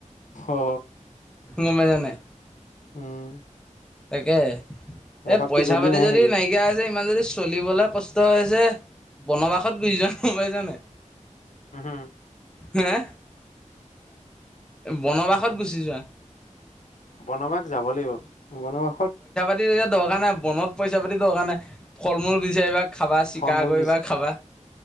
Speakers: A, on the left (about 70°); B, in the centre.
A: অ
B: গমাই জানে।
A: উম
B: তাকে
A: লেখক
B: এই পইচা
A: কি জল্দি
B: পাতি
A: নাহে
B: যদি
A: নেকি
B: নাইকিয়া। ইমান দেৰি চলিবলে কষ্ট যে বনবাসত গুচি যোৱা পাই জানে।
A: হুম - হুম।
B: হেহ, বনবাসত গুচি যোৱা।
A: বনবাস যাব লাগিব বনবাসত
B: তিয়া দৰকাৰ নাই বনক পইচা পাতি দৰকাৰ নাই ফল মূল বিচাৰিবা খাবা চিকাৰ
A: ফল মূল
B: কৰিবা
A: বেছি
B: খাবা